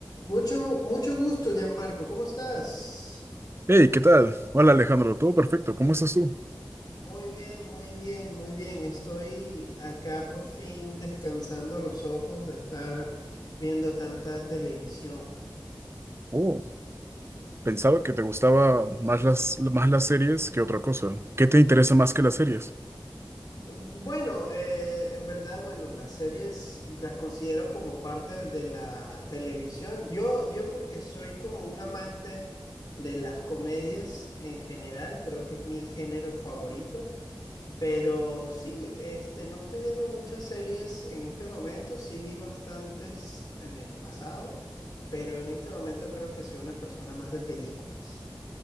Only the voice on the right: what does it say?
Hey, ¿qué tal? Hola Alejandro, todo perfecto, ¿cómo estás tú?
Oh, pensaba que te gustaba más las, más las series que otra cosa. ¿Qué te interesa más que las series?